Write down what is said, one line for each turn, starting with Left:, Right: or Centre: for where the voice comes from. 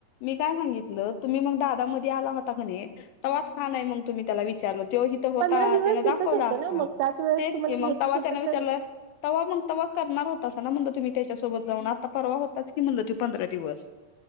Left: मी काय सांगितलं तुम्ही मग दादामध्येध्ये आला होता कने तवाच फान आहे मग तुम्ही त्याला विचारलो तेव होता
Right: पंधरा दिवस
Left: त्या दाखवला
Right: तिथंच होतं
Left: असता
Right: ना मग त्याच वेळेस
Left: तेच
Right: तुम्हाला
Left: की मग
Right: घ्यायचंच
Left: तेव्हा
Right: होतं
Left: त्याने
Right: तर
Left: त्याला तवा्हा मग तवा्हा करणार होताच ना म्हणलं तुम्ही त्याच्यासोबत जाऊन आता परवा होताच की म्हणलं त पंधरा दिवस